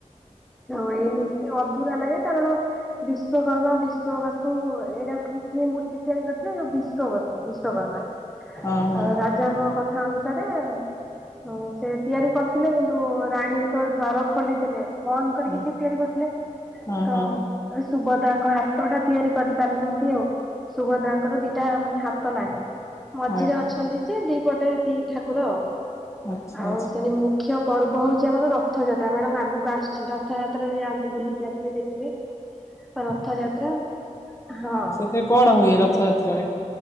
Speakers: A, in the centre; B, on the left (about 20°).
A: ହଁ ଏଇ ମୂର୍ତ୍ତି ଅଧୁରା ଲାଗେ କାରଣ ବିଶ୍ଵକର୍ମା ବିଶ୍ୱବସ୍ତୁ ଏଇଟା କି କିଏ ମୂର୍ତ୍ତି ତିଆରି କରିଥିଲେ? ଯୋଉ ବିଶ୍ୱବସ୍ତୁ। ବିଶ୍ଵକର୍ମା
B: ଆଜ୍ଞା
A: ଅ ରାଜାଙ୍କ କଥା ଅନୁସାରେ ହଁ ସେ ତିଆରି କରୁଥିଲେ କିନ୍ତୁ ରାଣୀ ଯେତେବେଳେ ଦ୍ୱାର ଖୋଲିଦେଲେ ବନ୍ଦ କରିକି
B: ହଁ ହଁ ହଁ
A: ସିଏ ତିଆରି କରୁଥିଲେ
B: ହଁ
A: ତ
B: ହଁ।
A: ସୁଭଦ୍ରାଙ୍କ ହାତ ଟା ତିଆରି କରିପାରିନାହାନ୍ତି ଆଉ। ସୁଭଦ୍ରାଙ୍କର ଦିଟା ମାନେ ହାତ ନାହିଁ। ମଝିରେ
B: ହଁ
A: ଅଛନ୍ତି
B: ହଁ
A: ଯେ ଦି ପଟେ ଦି ଠାକୁର।
B: ଆଚ୍ଛା
A: ଆଉ
B: ଆଚ୍ଛା
A: ସେଣି ମୁ ମୁଖ୍ୟ ପର୍ବ ହଉଛି ଆମର ରଥଯାତ୍ରା। ମ୍ୟାଡାମ ଆଗକୁ ଆସୁଛି ରଥଯାତ୍ରାରେ ଯାଆନ୍ତୁ ବୁଲିକି ଆସିବେ ଦେଖିବେ। ରଥଯାତ୍ରା ହଁ।
B: ସେ କଣ ହୁଏ ରଥଯାତ୍ରାରେ?